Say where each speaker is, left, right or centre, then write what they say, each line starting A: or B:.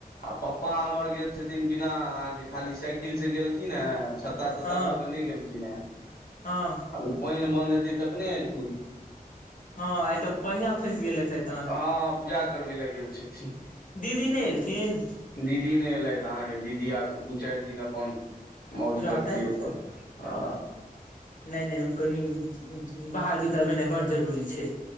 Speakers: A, on the left; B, on the left.
A: आ पप्पा हमर गेल छथिन बिना अहाँके खाली साइकिल से गेलखिन ह छत्ता तत्ता
B: हँ
A: लऽ के नहि गेलखिन हेँ
B: हँ
A: पइन बन्द हेतै तखने एयथिन
B: हँ आइ तऽ बढ़ियां फँस गेले हेतेथ
A: हँ पूजा करबै लए गेल छथिन
B: दीदी नहि एलखिन
A: दीदी नहि एलैथ अहाँके दीदी आब दू चारि दिन अपन मौज
B: रहतैथ
A: करतियै ओतऽ आ
B: नहि नहि कनि बाहर भीतरबेनाइ बड जरूरी छै